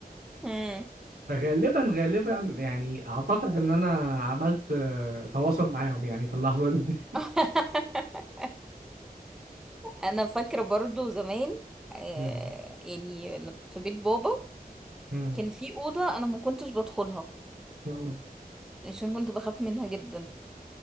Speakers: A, in the centre; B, on the right (about 80°).
A: امم
B: غالبا غالبا يعني اعتقد ان انا عملت آه، تواصل معاهم يعني في اللحظة دي
A: <laughs> انا فاكرة برضو زمان آه
B: <laughs> مم.
A: يعني في بيت بابا
B: مم.
A: كان في أوضة أنا ما كنتش بدخلها
B: مم.
A: عشان كنت بخاف منها جدا